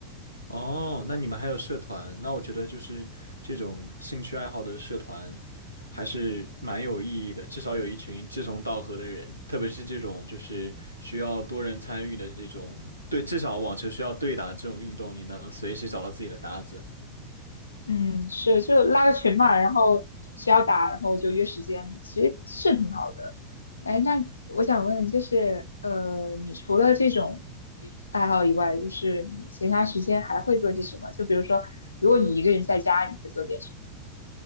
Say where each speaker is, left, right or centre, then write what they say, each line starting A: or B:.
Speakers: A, on the right (about 80°); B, on the left (about 80°).
A: 哦，那你们还有社团？那我觉得就是这种兴趣爱好的社团还是蛮有意义的，至少有一群志同道合的人，特别是这种就是需要多人参与的这种，对，至少网球需要对打的这种运动，你能随时找到自己的搭子。
B: 嗯，是，就拉个群嘛，然后谁要打，然后就约时间，其实是挺好的。哎，那我想问，就是呃，你除了这种爱好以外，就是你闲暇时间还会做些什么？就比如说，如果你一个人在家，你会做点什么？